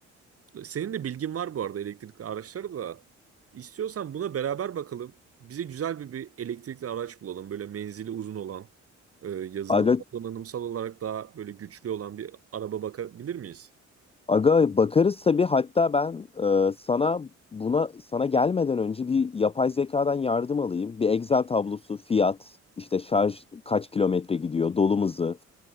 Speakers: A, on the right; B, on the left.
A: Senin de bilgin var bu arada elektrikli araçları da. İstiyorsan buna beraber bakalım. Bize güzel bir, bir elektrikli araç bulalım. Böyle menzili uzun olan, e, yazılımsal
B: Aga
A: donanımsal olarak daha böyle güçlü olan bir araba bakabilir miyiz?
B: Aga bakarız tabii hatta ben e, sana buna sana gelmeden önce bir yapay zekadan yardım alayım. Bir Excel tablosu, fiyat, işte şarj kaç kilometre gidiyor, dolum hızı.